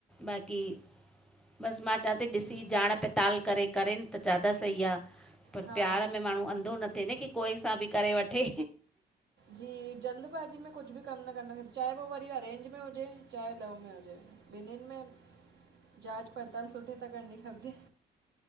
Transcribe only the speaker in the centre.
बाक़ी बस मां चयां ती ॾिसी
ॼाण पत। ताल करे करेन त ज्यादा सई आ पर
प्यार में माणू अंधो नथ थि न की कोई सां ॿि करे वठे।